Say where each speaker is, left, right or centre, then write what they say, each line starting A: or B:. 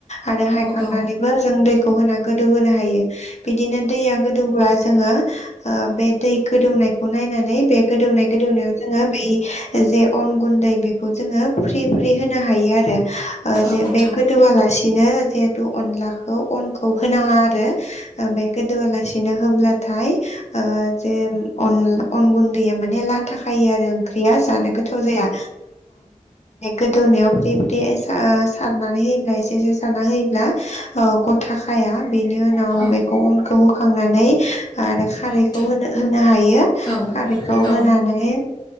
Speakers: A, on the left; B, on the left.
A: ।आरो हायखांनानैबो
B: औ औ नोंथां औ
A: जों दैखौ होना गोदौहोनो हायो। बिदिनो दैया गोदौब्ला जोङो ओ बे दै गोदौनायखौ नायनानै बे गोदौनाय गोदौनायाव जोङो बै जे अन गुन्दै बेखौ जोङो फ्रि फ्रि होनो हायो आरो
B: औ
A: जे बे गोदौआलासि बिदिनो जिहेतु अनलाखौ अनखौ होनाङा आरो बे गोदोआ लासिनो होब्लाथाय ओ जेन अन गुन्दैया माने लाथ खायो आरो ओंख्रिया जानो गोथाव जाया। गोदौनायाव फ्रि फ्रि ओ सारनानै होयोब्ला एसे एसे सारना होयोब्ला गथा खाया। बेनि उनाव
B: औ
A: बेखौ अनखौ होखांनानै खारै
B: औ नोंथां
A: होनो हायो।
B: औ
A: खारैखौ
B: औ
A: होनानै